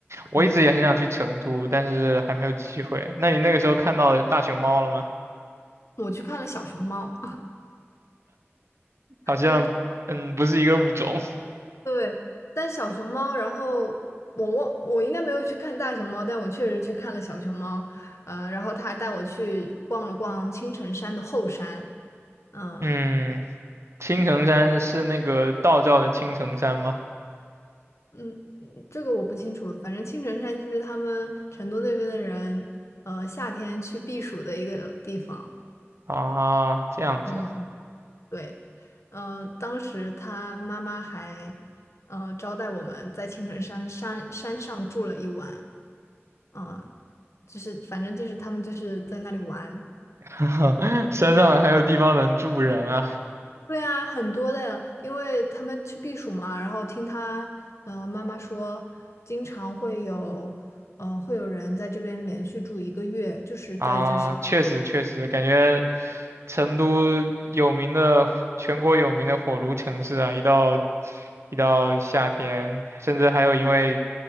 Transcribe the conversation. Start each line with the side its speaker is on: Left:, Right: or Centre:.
Right: 我一直也很想去成都，
Left: 嗯，
Right: 但是还没有机会。那你那个时候看到大熊猫了吗？
Left: 我去看了小熊猫，
Right: 好像，
Left: <laughs> 对
Right: 嗯，不是一个物种。
Left: 对，但小熊猫，然后我忘我应该没有去看大熊猫，但我确实去看了小熊猫，呃，然后他还带我去逛了逛青城山的后山。嗯，
Right: 嗯，青城山是那个道教的青城山吗？
Left: 嗯，嗯这个我不清楚，反正青城山就是他们成都那边的人，呃，夏天去避暑的一个地方。
Right: 啊，这样子，
Left: 嗯嗯对，呃，当时他妈妈还，呃，招待我们在青城山山山上住了一晚，呃，就是反正就是他们就是在那里玩。
Right: <laughs> 山上还有地方能住人啊！
Left: 对啊，很多的，因为他们去避暑嘛，然后听他，嗯，妈妈说，经常会有，嗯，会有人在这边连续住一个月，就是在这是
Right: 啊，确实确实，感觉成都有名的，全国有名的火炉城市啊，一到一到夏天，甚至还有因为